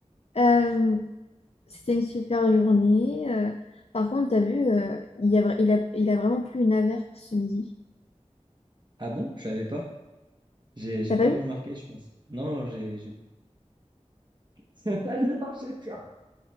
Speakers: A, on the left; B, on the right.
A: Euh, c'était une super journée. euh, par contre, t'as vu, euh, il y a, vra- il a, il a vraiment plu une averse ce midi.
B: Ah bon? Je savais pas. J'ai j'ai
A: T'as
B: pas
A: pas vu?
B: remarqué, je pense. Non, j'ai j'ai <laughs> Ah non, j'ai peur.